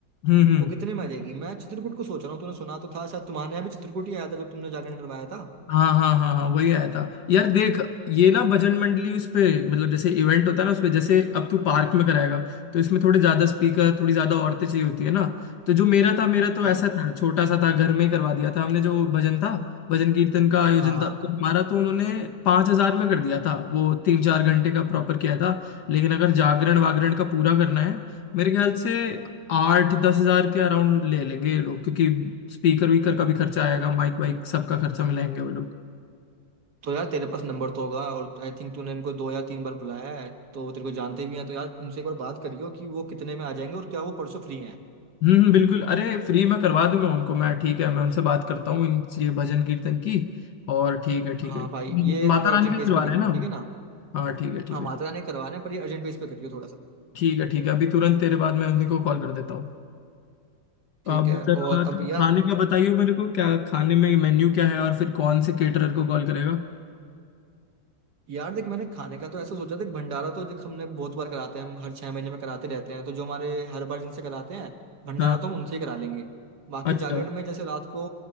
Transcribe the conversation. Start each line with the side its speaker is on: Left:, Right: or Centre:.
Left: हम्म हम्म
Right: वो कितने में आ जाएगी मैं चित्रकूट को सोच रहा हूँ तूने सुना तो था शायद तुम्हारे यहाँ भी चित्रकूट ही आया था जब तुमने जागरण करवाया था
Left: हाँ हाँ हाँ हाँ वही आया था यार देख ये ना भजन मंडली उस पे मतलब जैसे इवेंट होता है ना उस पे जैसे अब तू पार्क में कराएगा तो इसमें थोड़े ज्यादा स्पीकर थोड़ी ज्यादा औरतें चाहिए होती है ना तो जो मेरा था मेरा
Right: अच्छा
Left: तो ऐसा था छोटा सा था घर में ही करवा दिया था हमने जो भजन था भजन कीर्तन का आयोजन
Right: हाँ हाँ
Left: था तो हमारा तो उन्होंने पांच हजार में कर दिया था वो तीन चार घंटे का प्रॉपर किया था लेकिन अगर जागरण वागरण का पूरा करना है मेरे ख्याल से आठ दस हजार के अराउंड ले लेंगे ये लोग क्योंकि स्पीकर वीकर का भी खर्चा आएगा माइक वाइक सबका खर्चा मिलाएंगे वो लोग
Right: तो यार तेरे पास नंबर तो होगा और आई थिंक तूने इनको दो या तीन बार बुलाया है तो वो तेरे को जानते भी हैं तो यार उनसे एक बार बात करियो कि वो कितने में आ जाएंगे और क्या वो परसों फ्री हैं
Left: हम्म हम्म, बिल्कुल अरे फ्री में करवा दूंगा उनको मैं ठीक है मैं उनसे बात करता हूँ इन ये भजन कीर्तन की और ठीक है ठीक
Right: हाँ
Left: है
Right: भाई ये
Left: माता
Right: थोड़ा अर्जेंट
Left: रानी का
Right: बेस
Left: दिलवा
Right: पे करियो
Left: रहे हैं ना हम?
Right: ठीक है ना
Left: हाँ ठीक है ठीक
Right: हाँ
Left: है
Right: माता
Left: ठीक
Right: रानी करवाना है पर ये अर्जेंट बेस पे करियो थोड़ा सा
Left: ठीक है ठीक है अभी तुरंत तेरे बाद मैं उन्हीं को कॉल कर देता हूँ
Right: ठीक
Left: अब
Right: है
Left: जरा
Right: और अब
Left: तुम
Right: यार
Left: खाने का बताइए मेरे को क्या खाने में मेन्यू क्या है और फिर कौन से केटरर को कॉल करेगा
Right: यार देख मैंने खाने का तो ऐसा सोचा देख भंडारा तो देख हमने बहुत बार कराते हैं हम हर छह महीने में कराते रहते हैं तो जो हमारे हर बार जिनसे कराते हैं भंडारा
Left: हाँ
Right: तो हम उनसे ही करा लेंगे बाकी
Left: अच्छा
Right: जागरण में जैसे रात को